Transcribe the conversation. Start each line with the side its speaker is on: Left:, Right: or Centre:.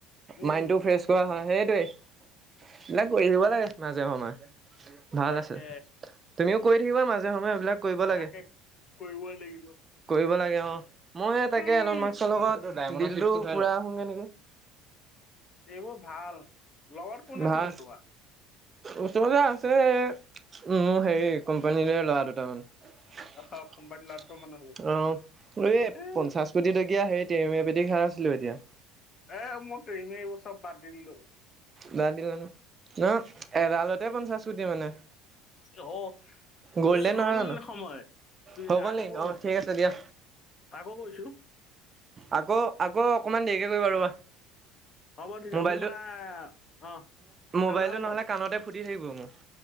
Left: উম
Right: মাইনটো ফ্ৰছ কৰা- অ হয় সেইটোৱে এইবিলাক কৰি থাকিব লাগে মাজে সময়- ভাল
Left: তাকে
Right: আছে তুমিও কৰি থাকিবা মাজে সময়ে এইবিলাক- কৰিব লাগে
Left: তাকে কৰিবই লাগিব
Right: কৰিব লাগে- অ মই তাকে
Left: উম।
Right: এনন মাকসৰ লগত ডিলটো পুৰা আহোগে নেকি?
Left: এইবোৰ ভাল লগত কোন
Right: ভাল
Left: আছিনো তোমাৰ?
Right: ওচৰতে আছে মোৰ হেৰি কোম্পানীৰে ল'ৰা দুটামান
Left: আহ কোম্পানী লাড্ডু মান আছিলো
Right: অ এই
Left: এ
Right: পঞ্চাশ কোটি টকীয়া হেৰিত তেৰে মেৰে এপেটি খাই আছিলোঁ এতিয়া
Left: এই মই প্ৰিমিয়াৰিবোৰ চব বাদ দি দিলোঁ
Right: বদ দিলে ন এডালতে পঞ্চাশ কোটি মানে।
Left: অ।
Right: গ'ল্ডেন
Left: এই হ'ল
Right: নহয় জানো
Left: সময়
Right: হৈ গ'ল
Left: আকৌ
Right: নি
Left: কও
Right: অ ঠিক আছে দিয়া
Left: তাকো কৈছো।
Right: আকৌ আকৌ অকমান দেৰিকে কৰিবা ৰবা
Left: <unintelligible> হ'ব তেতিয়া
Right: মোবাইলটো
Left: মোৰ মানে আহ
Right: মোবাইলটো
Left: ঠাণ্ডা হৈ
Right: নহ'লে
Left: লওক
Right: কাণতে ফুটি থাকিব মোৰ